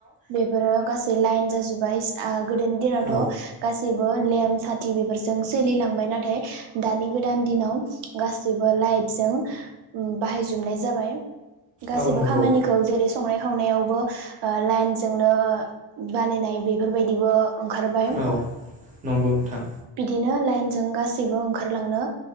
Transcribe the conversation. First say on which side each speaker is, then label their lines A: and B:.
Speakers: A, on the right; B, on the right.
A: बेफोरो गा लाइन जाजोब्बाय <unintelligible> गोदोनि दिनावथ'
B: औ
A: गासै बो लेम्प साथि बेफोरजों सोलिलांबाय नाथाय दानि गोदान दिनाव गासैबो लाइटजों बाहायजोबनाय जाबाय। गासैबो
B: औ नंगौ
A: खामानिखौ जेरै संनाय खावनायावबो ओ लाइनजोंनो बानायनाय बेफोरबायदिबो ओंखारबाय
B: औ नंगौ नोंथां
A: बिदि नो लाइनजों गासैबो ओंखारलांनो